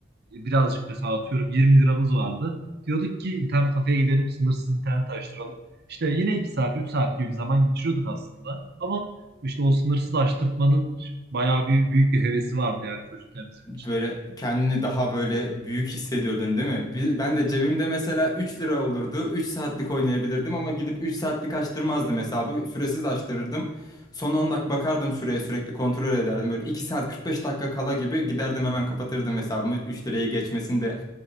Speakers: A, on the right; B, on the left.
A: birazcık mesela atıyorum 20 liramız vardı. Diyorduk ki internet kafeye gidelim, sınırsız internet açtıralım İşte yine 2 saat, 3 saat gibi bir zaman geçiriyorduk aslında. Ama işte o sınırsız açtırtmanın bayağı bir büyük bir hevesi vardı yani çocukken bizim
B: Böyle
A: için.
B: kendini daha böyle büyük hissediyordun değil mi? Bi- Ben de cebimde mesela 3 lira olurdu. üç saatlik oynayabilirdim ama gidip 3 saatlik açtırmazdım hesabı. Süresiz açtırırdım. Son 10 dakika bakardım süreye sürekli kontrol ederdim. Böyle 2 saat 45 dakika kala gibi giderdim hemen kapatırdım hesabımı. üç lirayı geçmesin de